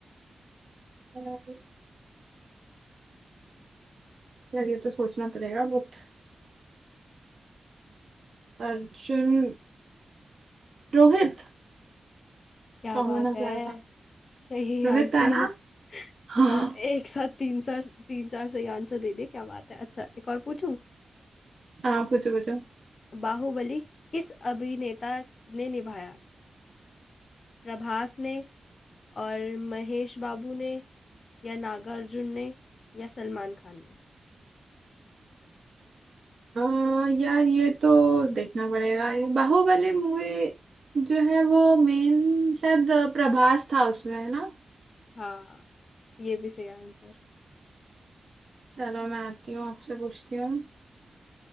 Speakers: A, on the right; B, on the left.
A: अ, यार ये तो सोचना पड़ेगा बहुत अर्जुन रोहित
B: क्या
A: कहो
B: बात
A: ना
B: है
A: प्यार था
B: सही
A: रोहित
B: आंसर
A: था ना <laughs>
B: हाँ एक साथ तीन चार तीन चार सही आंसर दे दिए क्या बात है अच्छा एक और पूछूं
A: हाँ पूछो पूछो
B: बाहुबली किस अभिनेता ने निभाया प्रभास ने और महेश बाबू ने या नागार्जुन ने या सलमान खान ने
A: आ, यार ये तो देखना पड़ेगा ये बाहुबली मूवी जो है वो मेन शायद प्रभास था उसमें है ना
B: हाँ ये भी सही आंसर
A: चलो मैं आती हूँ आपसे पूछती हूँ